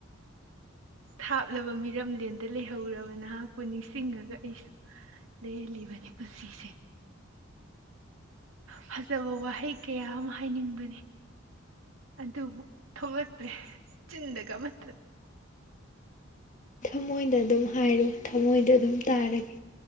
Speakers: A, on the right; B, on the left.
A: ꯊꯥꯞꯂꯕ ꯃꯤꯔꯝꯂꯦꯟꯗ ꯂꯩꯍꯧꯔꯕ ꯅꯍꯥꯛꯄꯨ ꯅꯤꯡꯁꯤꯡꯉꯒ ꯑꯩꯁꯨ ꯂꯦꯟꯂꯤꯕꯅꯤ ꯄꯨꯟꯁꯤꯁꯦ ꯐꯖꯕ ꯋꯥꯍꯩ ꯀꯌꯥ ꯑꯃ ꯍꯥꯏꯅꯤꯡꯕꯅꯤ ꯑꯗꯨꯕꯨ ꯊꯣꯛꯂꯛꯇ꯭ꯔꯦ ꯆꯤꯟꯗꯒ ꯑꯃꯠꯇ
B: ꯊꯃꯣꯏꯗ ꯑꯗꯨꯝ ꯍꯥꯏꯔꯣ ꯊꯃꯣꯏꯗ ꯑꯗꯨꯝ ꯇꯥꯔꯒꯦ